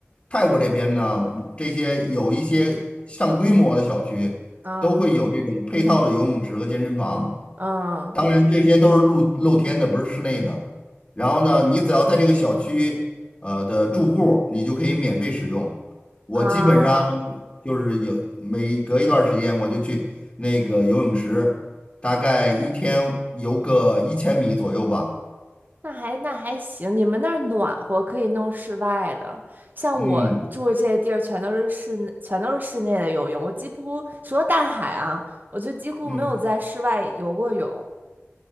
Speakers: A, on the left; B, on the right.
A: 泰国这边呢，这些有一些上规模的小区都会有这种配套的游泳池和健身房，
B: 嗯。嗯，
A: 当然这些都是露露天的，不是室内的。然后呢，
B: 我
A: 你只要在这个小区呃的住户，你就可以免费使用。我基本上
B: 啊，
A: 就是有每隔一段时间我就去那个游泳池，大概一天游个一千米左右吧，
B: 那还那还行，你们那儿暖和，可以弄室外的。像我住的这些地儿，
A: 嗯。
B: 全都是室内，全都是室内的游泳。我几乎除了大海啊，我就几乎没有在室外游过泳。
A: 嗯，